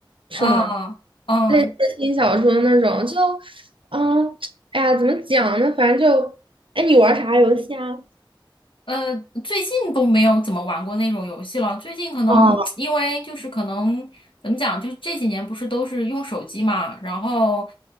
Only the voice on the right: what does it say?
是吗？
类似轻小说那种，就嗯，哎呀，怎么讲呢？反正就，哎，你玩啥游戏啊？
哦